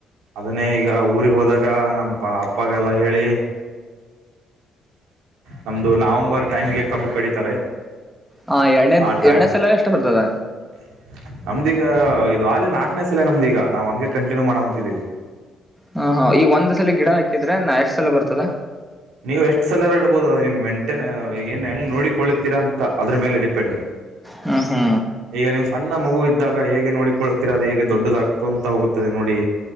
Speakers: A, on the right; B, in the centre.
A: ಅದನ್ನೇ ಈಗ ಊರಿಗೆ ಹೋದಾಗ ನಮ್ಮ ಪ ಅಪ್ಪಗೆಲ್ಲ ಹೇಳಿ. ನಮ್ದು ನವಂಬರ್ ಟೈಮ್ಗೆ ಕಬ್ಬು ಕಡಿತಾರೆ.
B: ಹಾ ಎರಡೇದ
A: ಆ ಟೈಮ್
B: ಎರಡನೇ ಸಲ ಎಷ್ಟ ಬರ್ತದ.
A: <inaudible> ನಮ್ದೀಗ ಇದು ಆ ನಾಕನೇ ಸಲ ನಮ್ದೀ ಈಗ ನಾವು ಹಂಗೆ ಕಂಟಿನ್ಯೂವ ಮಾಡ ಹೊಂತಿದೀವಿ.
B: ಹಾ ಹಾ ಈಗ ಒಂದ್ ಸಲ ಗಿಡ ಹಾಕಿದ್ರೆ ನಾ ಎಷ್ಟ ಸಲ ಬರ್ತದ.
A: ನೀವು ಎಷ್ಟು ಸಾಲರ ಇಡ್ಬಹುದು ಅ ಮೆಂಟೈನ್ ಏನ್ ಹೆಂಗ್ ನೋಡಿಕೊಳ್ಳಿತೀರಾ ಅಂತ ಅದ್ರ ಮೇಲೆ ಡಿಪೆಂಡ್.
B: ಹ್ಮ ಹ್ಮ
A: ಈಗ ನೀವು ಸಣ್ಣ ಮಗು ಇದ್ದಾಗ ಹೇಗೆ ನೋಡಿಕೊಳ್ಳುತ್ತೀರ ಅದೆ ಹೇಗೆ ದೊಡ್ಡದಾಗ ಆತು ಅಂತ ಹೋಗುತ್ತದೆ ನೋಡಿ